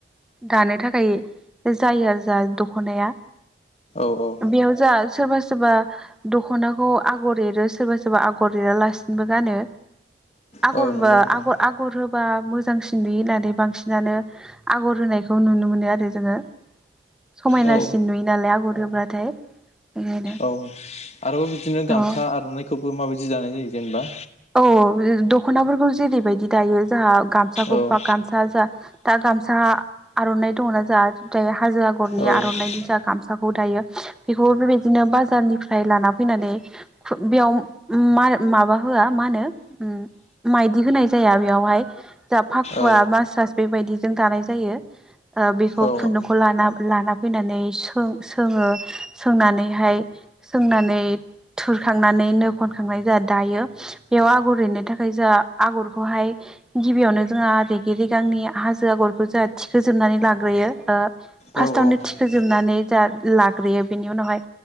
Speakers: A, in the centre; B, on the left.
A: दानो थाखाय जायो आरो जों दख'नाया
B: औ औ
A: बेयाव जा सोरबा सोरबा दख'नाखौ आगर एरो सोरबा सोरबा आगर एरा लाै सिनबो गानो आगरबा
B: औ नंगौ नोंथां
A: आगर आगर होबा मोजांसिन नुयो होननानै बांसिनानो आगर होनाय बेखौ नुनो मोनो आरो जोंङो समायनासिन
B: औ
A: नुयो नालाय आगरोब्लाथाय बेखायनो
B: औ आरोबाव बिदिनो गामसा
A: औ
B: आर'नाइखौबो माबायदि जानाय जायो जेनेबा
A: औ दख'नाफोरखौ जेरैबायदि दायो जोहा गामसाखौ
B: औ
A: गामसा जा दा गामसा आर'नाइ दंङना जाहा जाय हाजो आगरनि
B: औ
A: आर'नाइनि जा गामसा दायो बेखौ बेबायदिनो बाजारनिफ्राय लाना फैनानै बेयाव माबा होया मा होनो ओ‌म माइदि होनाय जाया बेङावहाय दा पाखुवा
B: औ
A: मास सास बेबायदिजों दानाय जायो बेखौ
B: औ
A: खुन्दुंखौ लाना लाना फैनानै सों सोंङो सोंनानैहाय सोंनानै थुरखांनानै नो खनखांनाय जोंहा दायो बेयाव आगर एरनो थाखाय जोंहा आग'रखौहाय गिबियावनो जोंहा रेग रेगांनि जों आगरखौ जा थिखोजोबनानै लाग्रोयो ओ फार्स्टावनो
B: औ
A: थिखोजोबनानै जा लाग्रोयो बेनि उनावहाय